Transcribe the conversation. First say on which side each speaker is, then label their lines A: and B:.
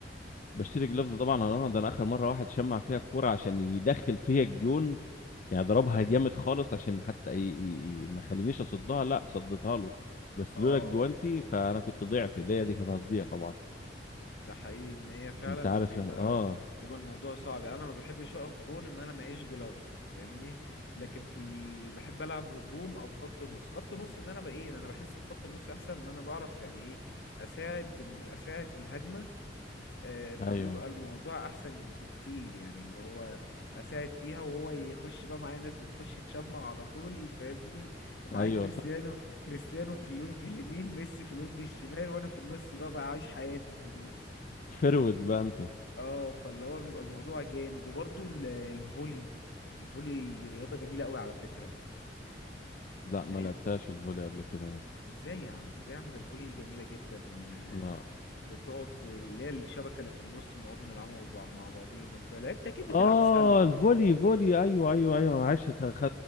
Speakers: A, on the left; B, on the left.
A: بشتري جلافز طبعا اه ده انا اخر مرة واحد شمع فيها الكورة عشان يدخل فيها الجون يعني ضربها جامد خالص عشان حتى ي... ي... ي- ما خلينيش اصدها لا صدتها له بس
B: اه
A: لولا الجوانتي فانا كنت ضيعت ايديا دي كانت هتضيع طبعا
B: ده حقيقي ان هي فعلا
A: انت عارف
B: بيبقى
A: اه
B: بيبقى الموضوع صعب يعني انا ما بحبش اقف جون ان انا معيش جلافز فاهمني لكن في ال... بحب العب هجوم او خط نص خط نص ان انا بقى ايه إن انا بحس في خط النص احسن ان انا بعرف يعني ايه اساعد اساعد في الهجمه آه، فبيبقى
A: ايوه
B: الموضوع احسن بكتير يعني اللي هو اساعد فيها وهو يخش بقى معايا ناس بتخش تشمع على طول فاهمني معايا
A: ايوه
B: كريستيانو
A: صح
B: كريستيانو في الوينج اليمين ميسي في الوينج الشمال وانا في النص بقى بعيش حياتي في النص
A: فرود بقى انت
B: اه فاللي هو بيبقى الموضوع جامد وبرضه ال- الفولي الفولي رياضة جميلة قوي على فكرة
A: لا ما
B: يعني
A: لعبتهاش
B: انت
A: الفولي قبل كده انا
B: ازاي يا عم ازاي يا عم ده الفولي دي جميلة جدا آه،
A: لا
B: بتقعد اللي هي الشبكة اللي في النص بنقعد نلعبها مع بعض- مع بعضينا انت لعبت اكيد بتلعب
A: اه
B: سلة
A: الفولي فولي ايوه ايوه ايوه انا عايش خ- خ-